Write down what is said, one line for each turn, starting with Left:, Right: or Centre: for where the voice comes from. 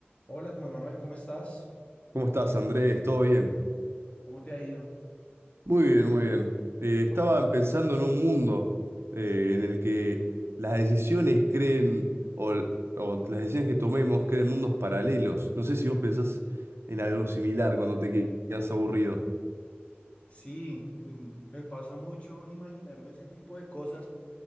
Left: Hola Juan Manuel, ¿cómo estás?
Right: ¿Cómo estás, Andrés? ¿Todo bien?
Left: ¿Cómo te ha ido?
Right: Muy bien, muy bien. Eh,
Left: Bueno,
Right: estaba pensando en un mundo
Left: sí,
Right: eh,
Left: sí. sí.
Right: en el que las decisiones creen, o, o las decisiones que tomemos creen mundos paralelos. No sé si vos pensás en algo similar cuando te quedas aburrido.
Left: Sí, mm, me pasa mucho imaginarme ese tipo de cosas